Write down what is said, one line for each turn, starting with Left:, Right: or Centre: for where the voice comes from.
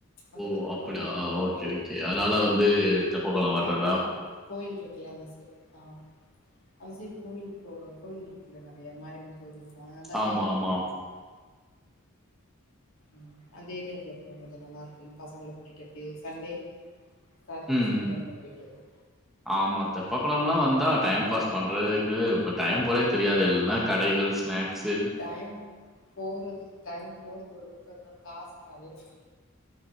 Left: அந்த
Centre: ஓ
Left: தெப்ப
Centre: அப்படியா
Left: குளம் போயிட்டு அப்டியே
Centre: ஓகே
Left: அவங்க
Centre: ஓகே
Left: வீட்டுக்கு
Centre: அதனால
Left: போயிட்டு
Centre: வந்து தெப்பக்குளம்
Left: இந்த
Centre: வர்றதா
Left: ந்த கோயில் இருக்குல்ல அந்த சை ஆ அந்த சைடு கோயில் போ கோயில் இருக்குல்ல நெறயா மாரியம்யன் கோயிலு நா அந்த
Centre: ஆமா
Left: ஏரியா
Centre: ஆமா
Left: போயிட்டு வருவோ ம் அந்த ஏரியாக்குள்ள போவோ கொஞ்ச நல்லா இருக்கு பசங்கள கூட்டிட்டு அப்டியே சண்டே சாட்டர்டே
Centre: ம்
Left: சண்டே அந்த மாரி போயிட்டு வருவோ
Centre: ஆமா அத்த தெப்ப கொளம்லா வந்தா டைம்
Left: கொஞ்
Centre: பாஸ் பண் றக்கு இப்ப டைம் போறதே தெரியாது எல்லா கடைகள் ஸ்நாக்ஸ்ஸு
Left: டைம் போறது டைம் போறது ஒரு பக்கோ இருந்தாலு காசு காளியா